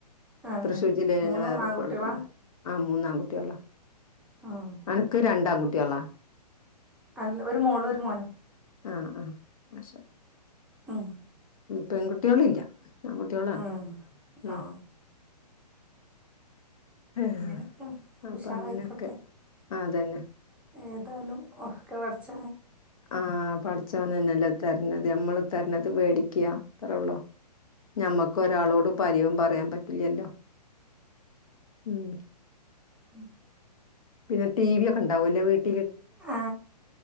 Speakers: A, in the centre; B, on the left.
A: ആഹ്
B: തൃശ്ശൂർ ജില്ലൽ തന്നെ
A: മൂന്നും
B: വേറൊരു
A: ആൺകുട്ടികളാ
B: കോളേജ് ആ മൂന്നൺകുട്ടിയള്ള
A: ആഹ്
B: എനക്ക് രണ്ടാംകുട്ടികളാ
A: അല്ല ഒരു മോള് ഒരു മോനും
B: ആഹ ആഹ അ
A: ആ
B: പെൺകുട്ടികളില്ല ആൺകുട്ടികളാണ്
A: ഉ
B: ഉം.
A: ആ
B: ആഹ
A: അങ്ങനെയൊക്കെയാണ്
B: അപ്പൊ
A: ഉഷാറായിപ്പോട്ടെ
B: അങ്ങനെയൊക്കെ ആതന്നെ
A: ഏതായാലും ഒക്കെ വടച്ച
B: ആഹ പഠിച്ചോന തന്നെല്ലേ തരത് നമ്മൾ തരണത് പേടിക്കുക ഇത്രള്ളോ നമ്മക്ക് ഒരാളോട് പരിവും പറയാൻ പറ്റില്ലല്ലോ ഉം
A: ഉം
B: പിന്നെ ടി വി ഒക്കെ ഉണ്ടാവും അല്ലെ വീട്ടിൽ
A: ആ